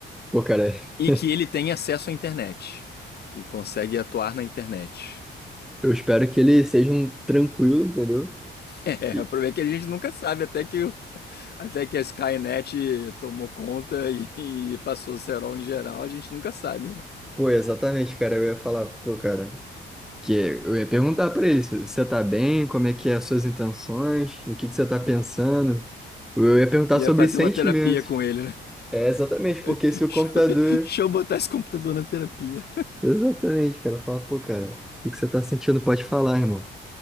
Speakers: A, in the centre; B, on the left.
A: Pô, cara.
B: E
A: <laughs>
B: que ele tem acesso à internet e consegue atuar na internet.
A: Eu espero que ele seja um tranquilo, entendeu?
B: <laughs> É,
A: E,
B: o problema é que a gente nunca sabe até que, o- até que a Skynet tomou conta e, e passou o cerol em geral, a gente nunca sabe, né?
A: pô, exatamente, cara. Eu ia falar, pô, cara, que eu ia perguntar pra ele se você tá bem, como é que é as suas intenções, o que que você tá pensando. Eu ia perguntar
B: Ia
A: sobre
B: fazer
A: sentimentos.
B: uma terapia com ele, né?
A: É, exatamente, porque
B: <laughs>
A: se o
B: Deixa
A: computador.
B: eu, deixa eu botar esse computador na terapia.
A: Exatamente, cara. Falar, pô, cara, o que que você tá sentindo? Pode falar, irmão.